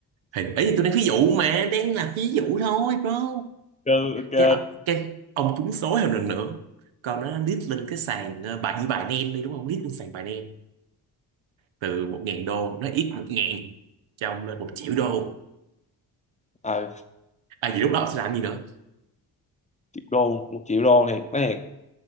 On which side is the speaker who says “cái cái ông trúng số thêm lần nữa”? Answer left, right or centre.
Right